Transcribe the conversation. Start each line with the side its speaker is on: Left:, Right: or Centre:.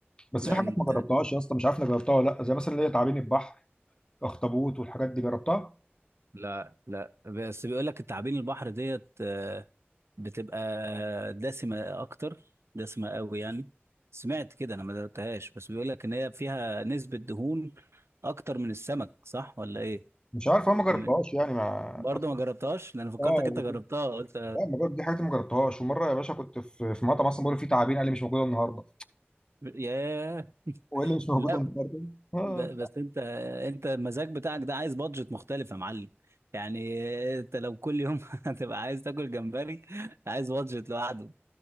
Left: بس
Right: لا
Left: في حاجات
Right: انت
Left: ما جربتهاش يا اسطى مش عارف انا جربتها ولا لا زي مثلا اللي هي تعابين البحر اخطبوط والحاجات دي جربتها
Right: لا لا بس بيقول لك التعابين البحر ديت آه، بتبقى دسمه اكتر دسمه قوي يعني سمعت كده انا ما دقتهاش بس بيقول لك ان هي فيها نسبه دهون اكتر من السمك صح ولا ايه
Left: مش عارف انا ما جربتهاش
Right: بم-
Left: يعني مع
Right: برضه
Left: اصلا
Right: ما جربتهاش لان فكرتك
Left: اه
Right: انت جربتها قلت
Left: لا ما جرب- دي حاجات ما جربتهاش ومره يا باشا كنت في في مطعم اصلا بقول فيه تعابين قال لي مش موجوده النهارده
Right: ياه
Left: هو إيه اللي مش موجود
Right: لا
Left: النهارده
Right: ب-
Left: اه
Right: ب- بس انت انت المزاج بتاعك ده عايز بادجت مختلف يا معلم يعني انت لو كل يوم <laughs> هتبقى عايز تاكل جمبري عايز بادجت لوحده